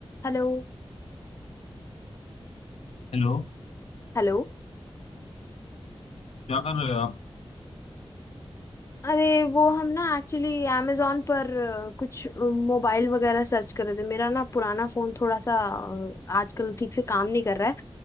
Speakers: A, on the left; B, on the left.
A: Hello
B: Hello
A: hello
B: क्या कर रहे हो आप
A: अरे वो हम ना एक्चुअली amazon पर अ, कुछ मोबाइल वगैरह सर्च कर रहे थे मेरा ना पुराना फोन थोड़ा सा अ, आजकल ठीक से काम नहीं कर रहा है